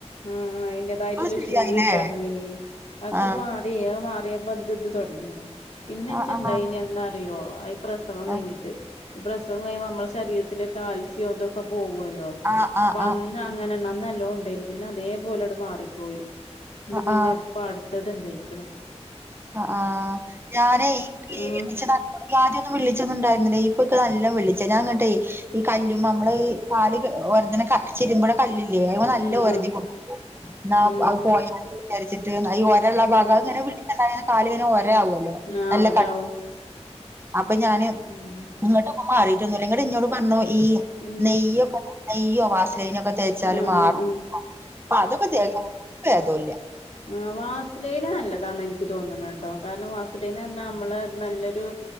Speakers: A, on the left (about 75°); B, on the right (about 20°).
A: ആ അയിൻറേതായിട്ടുള്ള
B: ഇപ്പൊ ശരിയായില്ലേ
A: ഷൂ ഇട്ട അടനീനി അക്കെ
B: ആ
A: മാറിയാ മാറിയപ്പൊ അത് ഇത് തുടങ്ങീനെ പിന്നെ വെച്ച
B: ആ ആ ആ
A: ഇണ്ടായിനി എന്ന അറിയോ പ്രസവം കഴിഞ്ഞിട്ട്
B: ആ
A: ഈ പ്രസവം കഴിയുമ്പോ നമ്മള ശരീരത്തിലൊക്കെ്യ ഒൊക്കെ പോവൂ
B: ആ ആഹ
A: അന്ന് അങ്ങനണ അന്ന് നല്ലോം ഇണ്ടായ്നിം പിന്നെ അതേപോളണ്ട് മാറിപ്പോയി <unintelligible>
B: ആ
A: പിന്നെ ഇപ്പം അടുത്തത്ണ്ടായിക്കിണ്
B: ആ ആഹ്‌ ഞാനെയ്യ്
A: ആഹ്
B: <inaudible> ആദ്യൊന്നും വിളിച്ചൊന്നണ്ടായിരുന്നില്ല ഇപ്പക്ക് നല്ലോം വിളിച്ച ഞാൻ ഇന്നട്ടേയ്യ് ഈ കല്ലുമ്മ നമ്മള് കാല് ഒരതിണ <unintelligible> തിരിമ്പിണ കല്ലില്ലേ അയ്മ്മനാല്ലോം
A: ആഹ്
B: ഒരാതികൊടുക്കും
A: ആഹ്
B: <unintelligible>
A: ഉം
B: അത് പോയയാൽ വിചാരിച്ചിട്ട് ഈ ഓരഇള്ള
A: ഉം
B: ഭാഗം അത് ഇങ്ങന
A: ഉം
B: വിളിച്ച ഇണ്ടായാൽ കാൽ ഇങ്ങനെ <unintelligible> ആവല്ലോ
A: ആഹ്
B: നല്ല
A: ഒരാവും
B: ക അപ്പം ഞാന്
A: ഉം
B: ഇങ്ങട്ടിപമാറിയിട്ടൊന്നുല്ല നട്ട് ഇന്നോട് പറഞ്ഞു ഈ
A: ഉം
B: നെയ്യൊക്കെ നെയ്യ്യോ <unintelligible> തേച്ചാലും
A: ആഹ്
B: മാറും
A: ആഹ് ആഹ്
B: അപ്പൊ അതൊക്കെ തേക്ക <inaudible> ബേതോംല്ല്യ
A: ആ വാസ്ലിന് നല്ലതാന്ന് ഇൻക്ക് തോന്നി ണെട്ടോ കാരണം വാസ്ലിനറഞ്ഞാൽ നമ്മള് നല്ലൊരു